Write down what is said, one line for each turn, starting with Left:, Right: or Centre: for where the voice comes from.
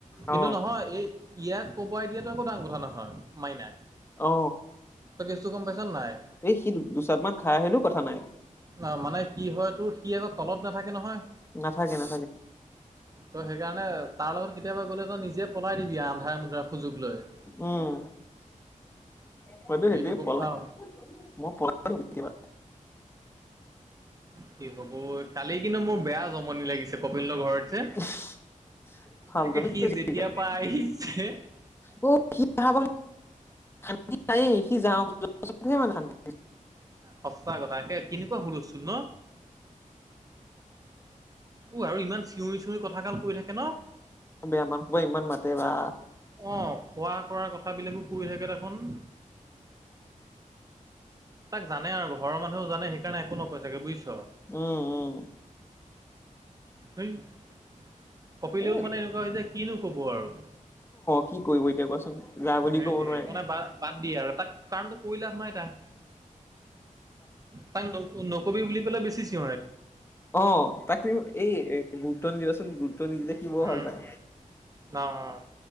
Right: কিন্তু
Left: অ'
Right: এইটো নহয় এই ইয়াক কবাই দিয়াটো একো ডাঙৰ কথা নহয় মাইনাক
Left: অ।
Right: তই কেছটো গম পাইছ নাই,
Left: এই সি দুচাট মান খাই আহিলেও কথা নাই।
Right: ন মানে কি হয়তোৰ সি আগত তলত নাথাকে নহয়
Left: নাথাকে নাথাকে
Right: ত' সেইকাৰণে তাৰ লগত কেতিয়াবা গলে তই নিজে পলাই দিবি আন্ধাৰে মুন্ধাৰে সুযোগ লৈ
Left: উম, হয়তো
Right: নি
Left: সেইটোয়ে
Right: তোকো
Left: পলাই,
Right: খুৱাম
Left: মই পলাই দিও কেতিয়াবা
Right: কি হব কালি কিন্তু মোৰ বেয়া জমনি লাগিছে কপিলহতৰ ঘৰত
Left: <unintelligible>
Right: যে
Left: ফালটুৱামি
Right: তাকে, সি
Left: কৰিছে
Right: যেতিয়াৰ
Left: আজিকালি
Right: পৰা আহিছে
Left: অ' সি অহা <unintelligible> সি যাওঁ যোৱাৰ পাছতহে মানে শান্তি
Right: অ' সঁচা কথা কে কিনি বা হুলস্থূল ন অ, আৰু ইমান চিঞৰি-চিঞৰি কথা গাল কৈ থাকে ন।
Left: বেয়া মাত সোপা ইমান মাতে বা।
Right: অ' অঁকৰা অঁকৰা কথাবিলাকো কৈ থাকে দেখোন। তাক জানে আৰু ঘৰৰ মানুহও জানে, সেইকাৰণে একো নকৈ ছাগে বুজিছ
Left: উম, উম'।
Right: <unintelligible> কপিলেও
Left: এ অ
Right: মানে এনেকুৱা হৈছে, কিনো ক'ব আৰু।
Left: কি কৰিব এতিয়া কোৱাচোন যা বুলি
Right: সেইটো
Left: ক'ব নোৱাৰে
Right: য়ে, মনে বাদ বাদ দিয়ে, আৰু তাক কাৰণটো কৈ লাভ নাই তাক। তাক নকবি বুলি ক'লে বেছি <unintelligible> সি।
Left: অ' তাক এই গুৰুত্ব নিদিবা চোন। ত নিদিলে সি বৰ ভাল
Right: উম
Left: পায়
Right: অ অ',